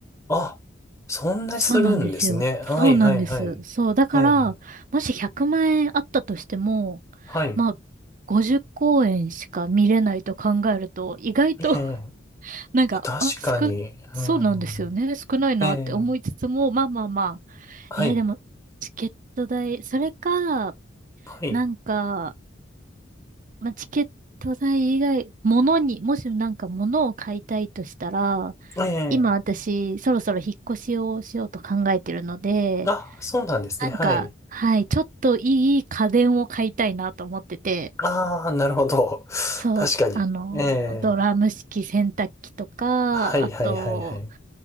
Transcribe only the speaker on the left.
あ、そんなするんですね。
はい、はい、はい。
ええ
はい。
ええ、
確かに。
うん、
ええ、
はい。
はい。
ええ、
あ、そうなんですね。
はい。
ああ、なるほど。
確かに。
え
え、はいはいはいはい。